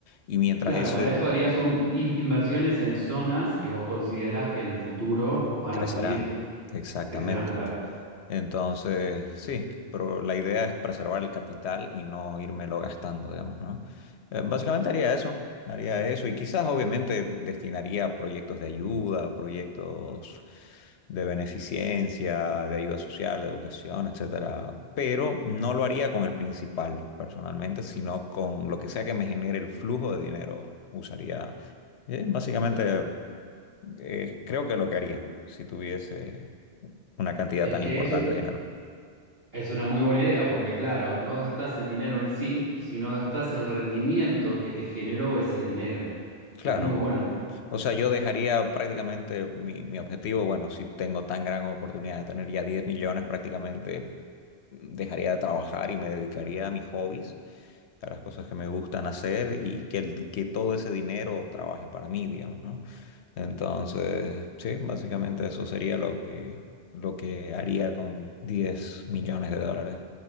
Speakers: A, on the left; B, on the right.
A: Y mientras
B: Claro,
A: ese
B: para eso harías un, in- inversiones en zonas que vos considerás que en el futuro van
A: crecerán,
B: a salir,
A: exactamente.
B: crecerán, claro.
A: Entonces, sí, pero la idea es preservar el capital y no írmelo gastando, digamos, ¿no? Eh, Básicamente haría eso, haría eso y quizás obviamente destinaría a proyectos de ayuda, proyectos de beneficencia, de ayuda social, de educación, etcétera, pero no lo haría con el principal personalmente, sino con lo que sea que me genere el flujo de dinero, usaría eh, básicamente eh, creo que lo que haría si tuviese una cantidad
B: Es
A: tan
B: que
A: importante
B: eso,
A: de dinero.
B: Es una muy buena idea porque, claro, no gastás el dinero en sí, sino gastás el rendimiento que te generó ese dinero.
A: Claro.
B: Es muy bueno.
A: O sea, yo dejaría prácticamente mi, mi objetivo, bueno, si tengo tan gran oportunidad de tener ya 10 millones, prácticamente dejaría de trabajar y me dedicaría a mis hobbies a las cosas que me gustan hacer y que, el- que todo ese dinero trabaje para mí, digamos, ¿no? Entonces, sí, básicamente eso sería lo que, lo que haría con 10 millones de dólares.